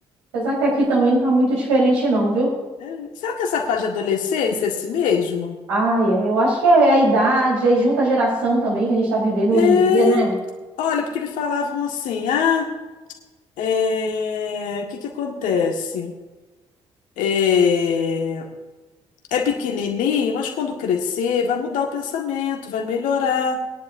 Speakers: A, on the right; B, on the left.
A: Apesar que aqui também não tá muito diferente, não, viu?
B: É, Será que essa fase de adolescência é esse mesmo?
A: Ai, é, eu acho que é a idade, aí junta a geração também que a gente tá vivendo
B: É,
A: hoje em dia, né?
B: olha, porque me falavam assim, ah, é, o que que acontece? É, é pequenininho, mas quando crescer vai mudar o pensamento, vai melhorar.